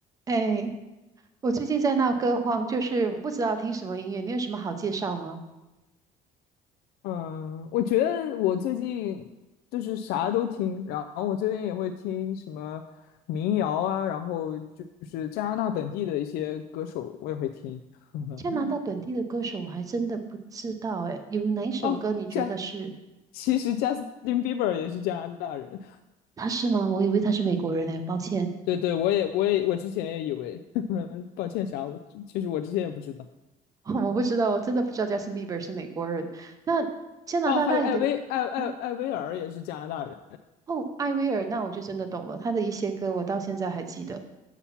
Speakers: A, on the right; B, on the left.
A: 哎，我最近在闹歌荒，就是我不知道听什么音乐，你有什么好介绍吗？
B: 嗯，我觉得我最近就是啥都听，然后我最近也会听什么民谣啊，然后就就是加拿大本地的一些歌手我也会听。<laughs>
A: 加拿大本地的歌手我还真的不知道，哎，有哪一首歌你觉得是
B: 哦，加，其实贾斯 s 比伯也是加拿大人。
A: 他是吗？我以为他是美国人呢，抱歉，
B: 对对，我也我也我之前也以为，<laughs> 抱歉啥，我其实我之前也不知道。
A: <laughs> 我不知道，我真的不知道 Justin Bieber 是美国人。那加拿大那里的，
B: 哦，还有艾薇艾艾艾薇儿也是加拿大人。
A: 嗯，哦，艾薇儿，那我就真的懂了，他的一些歌我到现在还记得。